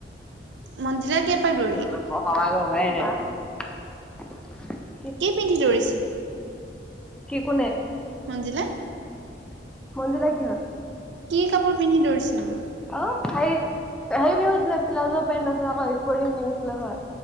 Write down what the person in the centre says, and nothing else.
কি হল ঘৰ পাৱাগে হোৱাই নাই মানে বাই ফোন কৰিছিলে।
কি কোনে?
মঞ্জুলাই কি হ'ল?
অ হাৰি, হাৰগ পিন্ধি গৈছিলে প্লাউজ পেন্ট নাছিনা আক স্পৰ্টি পিন্ধি গৈছিলে হয়।